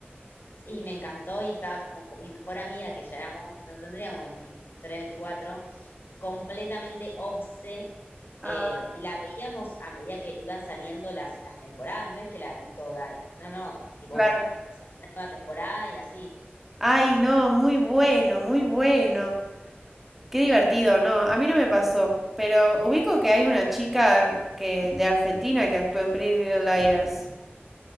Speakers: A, on the left; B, in the centre.
A: Y me encantó y estaba como con mi mejor amiga, que ya éramos, no tendríamos 23 24 completamente obse
B: Ah,
A: eh, y la veíamos a medida que iban saliendo las, las temporadas, no es que la vi toda, eh, no, no, tipo,
B: claro.
A: o sea, salió la nueva temporada y así.
B: Ay, no, muy bueno, muy bueno. Qué divertido, no, a mí no me pasó. Pero ubico que hay una chica que, de Argentina que actuó en Pretty Little Liars.